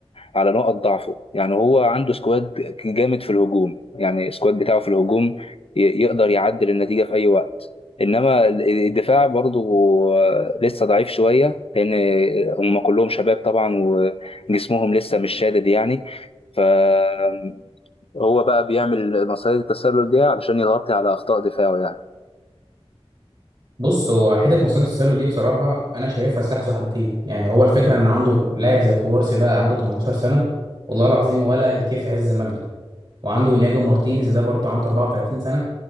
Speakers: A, on the left (about 65°); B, on the right (about 50°).
A: على نقط ضعفه يعني هو عنده سكواد جامد في الهجوم يعني السكواد بتاعه في الهجوم ي- يقدر يعدل النتيجة في اي وقت انما ال- الدفاع برضه آه، لسه ضعيف شوية لأن هم كلهم شباب طبعا وجسمهم لسه مش شادد يعني فهو بقى بيعمل مصيدة التسلل دي علشان يغطي على أخطاء دفاعه يعني
B: بص هو حتة مصيدة التسلل دي بصراحة أنا شايفها سلاح ذو حدين يعني هو الفكرة إن عنده لاعب زي كوبارسي ده عنده 18 سنة والله العظيم ولا بيكيف عز مجده وعنده إنياجو مارتينيز ده برضه عنده 34 سنة